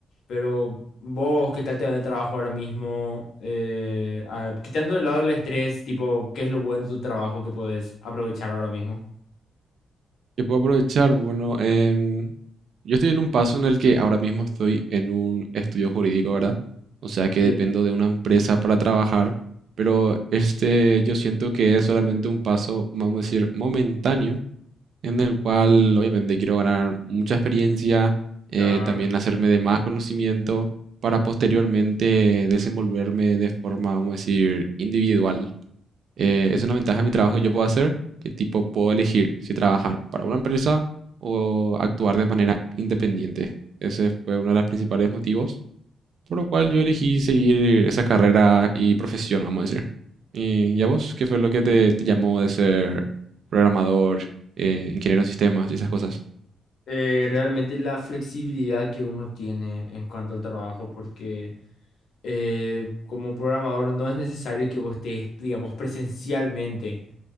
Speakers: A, on the left; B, on the right.
A: Pero vos, ¿qué tal te va en el trabajo ahora mismo? Eh, ah, quitando de lado el estrés, tipo, ¿qué es lo bueno de tu trabajo que podés aprovechar ahora mismo?
B: Yo puedo aprovechar, bueno, em, yo estoy en un paso en el que ahora mismo estoy en un estudio jurídico, ¿verdad? O sea que
A: Sí,
B: dependo de una empresa para trabajar, pero este yo siento que es solamente un paso, vamos a decir, momentáneo, en el cual obviamente quiero ganar mucha experiencia, eh,
A: claro.
B: también hacerme de más conocimiento para posteriormente desenvolverme de forma, vamos a decir, individual. Eh,
A: Sí.
B: es una ventaja de mi trabajo que yo puedo hacer, que tipo puedo elegir si trabajar para una empresa o actuar de manera independiente. Ese fue uno de los principales motivos por lo cual yo elegí seguir esa carrera y profesión, vamos a decir. ¿Y, y a vos qué fue lo que te, te llamó de ser programador, eh, ingeniero en sistemas y esas cosas?
A: eh, realmente la flexibilidad que uno tiene en cuanto al trabajo, porque eh, como programador no es necesario que vos estés, digamos, presencialmente